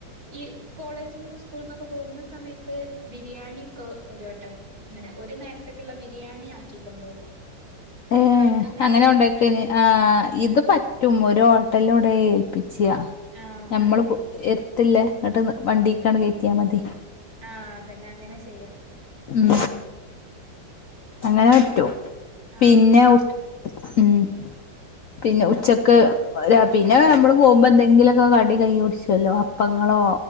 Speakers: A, on the right; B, on the left.
A: ഈ കോളേജ്ന്ന് സ്കൂൾ ന്നൊക്കെ പോവ്ന്ന സമയത്ത് ബിരിയാണി ഒക്കെ ഒരുവട്ടം ങ്ങനെ ഒരു നേരത്ത്ക്ക്ള്ള ബിരിയാണി ആക്കി കൊണ്ടോകും
B: ഏ
A: എന്നിട്ട് വൈക്കന്നത്
B: അങ്ങനെ
A: തിന്നും
B: കൊണ്ടെക്കെനി
A: പിന്നെ
B: ആ ഇത്
A: ആഹ്
B: പറ്റും ഒരു ഓട്ടൽണ്ടോയി ഏൽപ്പിച്ച്
A: ആഹ്
B: ഞമ്മള്
A: അതന്നെ
B: കു എ തില്ലേ ഇങ്ങട്ടെന്ന് വണ്ടിക്കാണ് കേറ്റ്യാ മതി
A: ആ അതന്നെ അങ്ങനെ ചെയ്യാം
B: ഉം അങ്ങനെ പറ്റും
A: ആഹ്
B: പിന്നെ
A: അങ്ങനെ പറ്റും
B: ഉ ഉം പിന്നെ ഉച്ചക്ക് രാ പിന്നെ നമ്മള് പോവുമ്പോ എന്തെങ്കിലൊക്കെ കടി കയ്യീ പിട്ച്ചൊല്ലോ അപ്പങ്ങളോ